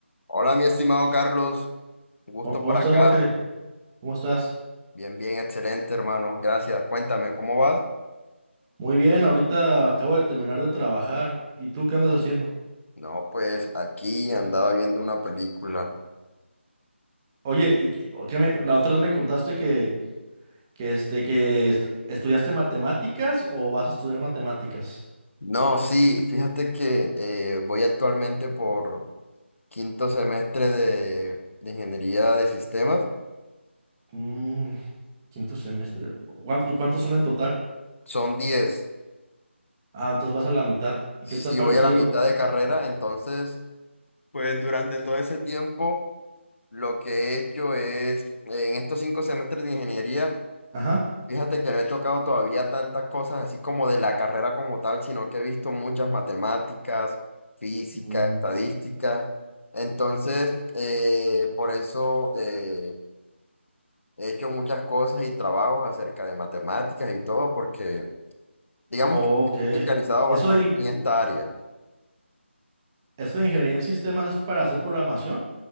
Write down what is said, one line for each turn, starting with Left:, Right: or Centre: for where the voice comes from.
Left: Hola, mi estimado Carlos, gusto
Right: ¿Cómo cómo
Left: para
Right: estás,
Left: acá.
Right: Jorge? ¿Cómo estás?
Left: Bien, bien, excelente, hermano. Gracias. Cuéntame, ¿cómo vas?
Right: Muy bien, ahorita acabo de terminar de trabajar. ¿Y tú qué andas haciendo?
Left: No, pues aquí andaba viendo una película.
Right: Oye, ¿y qué o qué me, la otra vez me contaste que, que, este, que est- estudiaste matemáticas o vas a estudiar matemáticas?
Left: No, sí, fíjate que eh, voy actualmente por quinto semestre de, de ingeniería de sistemas.
Right: Mm, quinto semestre. ¿Cuán- ¿Y cuántos son en total?
Left: Son diez.
Right: Ah, entonces vas a la mitad. ¿Y
Left: Si
Right: qué te ha parecido?
Left: voy a la mitad de carrera, entonces, pues durante todo ese tiempo, lo que he hecho es, eh, en estos cinco semestres de ingeniería,
Right: Ajá.
Left: Fíjate que no he tocado todavía tantas cosas así como de la carrera como tal, sino que he visto muchas matemáticas, física,
Right: Mm,
Left: estadística. Entonces, eh, por eso eh, he hecho muchas cosas y trabajos acerca de matemáticas y todo, porque digamos
Right: ok.
Left: que me he especializado
Right: ¿Eso
Left: bastante
Right: de,
Left: en esta área.
Right: eso de ingeniería en sistemas es para hacer programación?